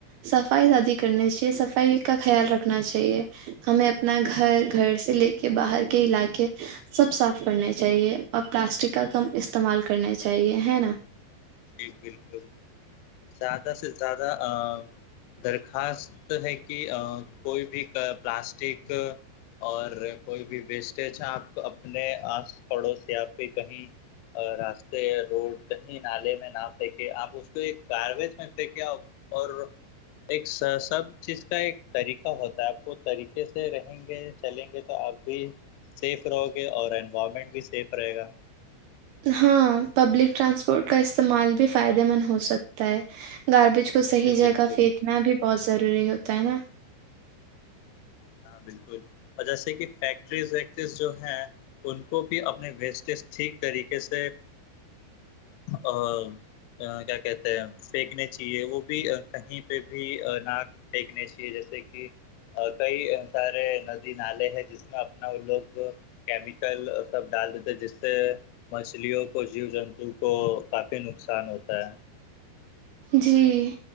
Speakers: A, on the right; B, on the left.
A: صفائی زیادی کرنی چاہیے صفائی کا خیال رکھنا چاہیے ہمیں اپنا گھر گھر سے لے کے باہر کے علاقے سب صاف کرنے چاہیے اور پلاسٹک کا کم استعمال کرنا چاہیے ہے نا
B: جی بالکل زیادہ سے زیادہ ا درخواست ہے کہ ا کوئی بھی کا پلاسٹک اور کوئی بھی ویسٹیج ہے آپ اپنے آس پڑوس یا آپ کے کہیں ا راستے روڈ کہیں نالے نہ پھینکے آپ اس کو ایک گار بیج میں پھینکے اور ایک س سب چیز کا ایک طریقہ ہوتا ہے آپ کو طریقے سے رہیں گے چلیں گے تو آپ بھی سیف رہو گے اور انوائرمنٹ بھی سیف رہے گا
A: ہاں پبلک ٹرانسپورٹ کا استعمال بھی فائدے مند ہو سکتا ہے گاربیج کو صحیح
B: جی
A: جگہ
B: بالکل
A: پھینکنا بھی بہت ضروری ہوتا ہے نا
B: ہاں بالکل اور جیسے کہ فیکٹریز ویکٹریز جو ہیں ان کو بھی اپنے ویسٹیج ٹھیک طریقے سے ا ا کیا کہتے ہیں پھینکنے چاہیے وہ بھی کہیں پہ بھی نا پھینکنے چاہیے جیسے کی کئی سارے ندی نالے ہے جس میں اپنا وہ لوگ کیمیکل سب ڈال دیتے جس سے مچھلیوں کو جیو جنتو کو کافی نقصان ہوتا ہے
A: جی